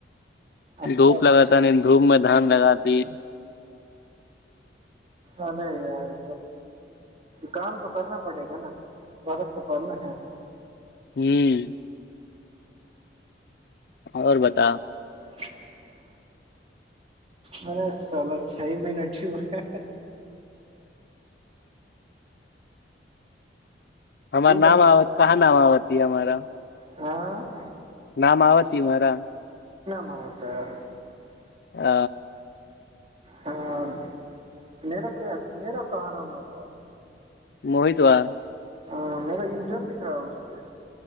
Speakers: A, on the right; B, on the left.
A: अच्छा
B: धूप लगतानि धूप म धान लगाती
A: अ नहि यार काम तऽ करना पड़ेगा न गलत तऽ पड़ना हैको
B: ह्म आओर बता
A: <inaudible> मने सोल छ महिनेट छ
B: हमर नाम
A: बता
B: आबत कहाँ नाम आबत ती हमार नाम
A: हँ
B: नाम आबति हमारा
A: हम होतै आ <unintelligible>
B: आ
A: ह मेरा कोइ मेरा कह नाम तऽ
B: मोहित वा
A: ह मेरा यूजर लखल ह उसपे